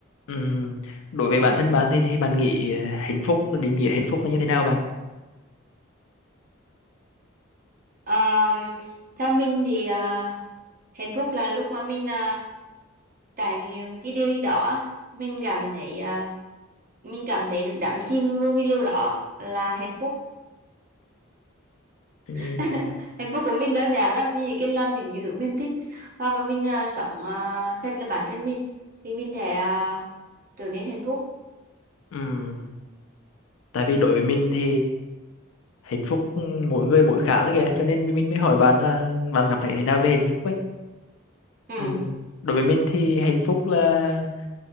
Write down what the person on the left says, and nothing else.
Ừm, Đối với bản thân bạn thì thì bạn nghĩ ờ, hạnh phúc định nghĩa hạnh phúc là như thế nào bạn?
Ừm,
ừm, Tại vì đối với mình thì hạnh phúc mỗi người mỗi khác ấy kìa cho nên mình mình mới hỏi bạn là bạn cảm thấy thế nào về hạnh phúc ấy.
Ừm, Đối với mình thì hạnh phúc là